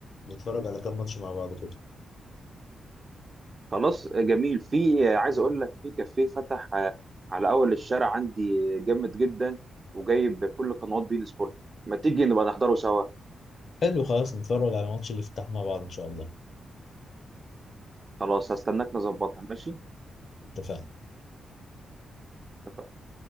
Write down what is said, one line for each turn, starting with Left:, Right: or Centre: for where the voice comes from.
Left: نتفرج على كام ماتش مع بعض كده
Right: خلاص آه، جميل في آه، عايز أقول لك في كافيه فتح آه، على أول الشارع عندي آه، جامد جدا وجايب كل قنوات بين سبورت ما تيجي نبقى نحضره سوا
Left: حلو خلاص نتفرج على ماتش الافتتاح مع بعض ان شاء الله
Right: خلاص هستناك نظبطها ماشي
Left: اتفقنا
Right: اتفقنا